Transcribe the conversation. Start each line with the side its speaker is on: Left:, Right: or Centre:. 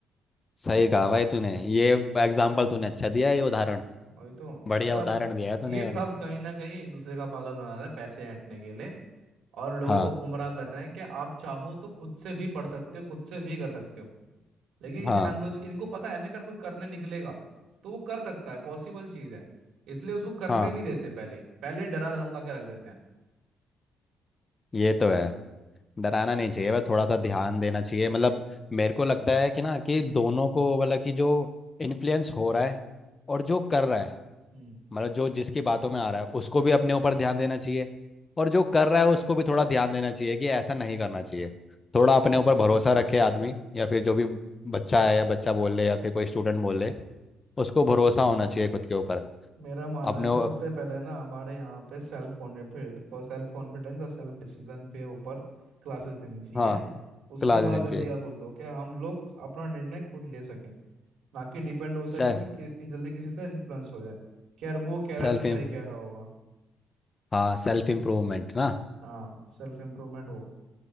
Left: सही कहा भाई तूने ये एग्जाम्पल तूने अच्छा दिया है, ये उदाहरण
Right: और ये तो
Left: बढ़िया
Right: ये सब
Left: उदाहरण दिया है तूने
Right: ये
Left: ये
Right: सब
Left: वाला
Right: कहीं ना कहीं एक दूसरे का पागल बना रहे हैं पैसे ऐंठने के लिए और लोगों
Left: हाँ
Right: को गुमराह कर रहे हैं कि आप चाहो तो खुद से भी पढ़ सकते हो खुद से भी कर सकते हो लेकिन ये
Left: हाँ
Right: जानबूझ के इनको पता है ना अगर कोई करने निकलेगा तो वो कर सकता है पॉसिबल चीज है इसलिए उसको करने
Left: हाँ
Right: नहीं देते पहले ही पहले डरा धमका के रख देते हैं
Left: ये तो है डराना नहीं चाहिए बस थोड़ा सा ध्यान देना चाहिए मतलब मेरे को लगता है कि ना कि दोनों को मतलब कि जो इन्फ्लुएंस हो रहा है और जो कर रहा है
Right: हम्म
Left: मतलब जो जिसकी बातों में आ रहा है उसको भी अपने ऊपर ध्यान देना चाहिए और जो कर रहा है उसको भी थोड़ा ध्यान देना चाहिए कि ऐसा नहीं करना चाहिए थोड़ा अपने ऊपर भरोसा रखे आदमी या फिर जो भी बच्चा है या बच्चा बोल ले या फिर कोई स्टूडेंट बोल ले उसको भरोसा होना चाहिए खुद के ऊपर
Right: मेरा मानना
Left: अपने
Right: है तो
Left: ऊ-
Right: सबसे पहले ना हमारे यहाँ पे सेल्फ कॉन्फिडेंस सेल्फ कॉन्फिडेंस और सेल्फ डिसीजन पे ऊपर क्लासेस देनी चाहिए
Left: हाँ
Right: उसके
Left: क्लास
Right: बाद
Left: देनी
Right: जिंदगी
Left: चाहिए
Right: का कुछ दो क्या हम लोग अपना निर्णय खुद ले सकें ना कि डिपेंड हो सके
Left: Self
Right: और कितनी जल्दी किसी से इन्फ्लुएंस हो जाए कि यार वो कह रहा
Left: self
Right: है तो सही कह रहा होगा
Left: हाँ सेल्फ इम्प्रूवमेंट ना
Right: हाँ सेल्फ इम्प्रूवमेंट हो